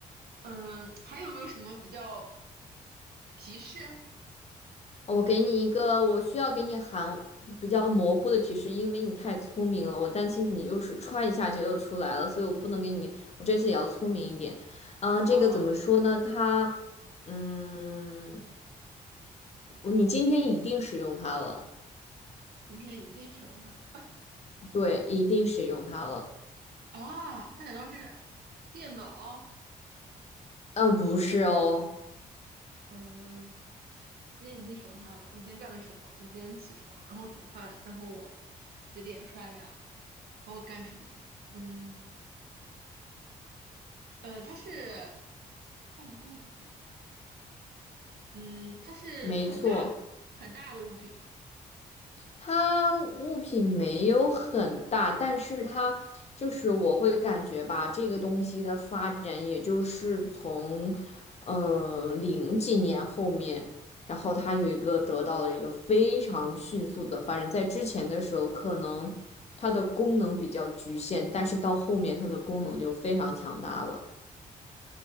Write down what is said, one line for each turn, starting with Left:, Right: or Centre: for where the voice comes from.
Right: 嗯，还有没有什么比较提示？
Left: 我给你一个，我需要给你含比较模糊的提示，因为你太聪明了，我担心你又是歘一下就又出来了，所以我不能给你，我这次也要聪明一点。啊、这个怎么说呢？
Right: 好，
Left: 它，嗯，我你今天一定使用它了，
Right: 今天一定使用它了
Left: 对，一定使用它了。
Right: 啊！它难道是电脑？
Left: 嗯，不是哦，
Right: 嗯，我今天已经手它了。我今天干了什么？我今天起床，然后煮饭，然后我洗脸刷牙，然后我干什么了？嗯，呃，它是办公也会用。嗯，它是很大很大的物品吗？
Left: 没错。它物品没有很大，但是它就是我会感觉吧，这个东西的发展，也就是从嗯、呃零几年后面，然后它有一个得到了一个非常迅速的发展，在之前的时候可能它的功能比较局限，但是到后面它的功能就非常强大了。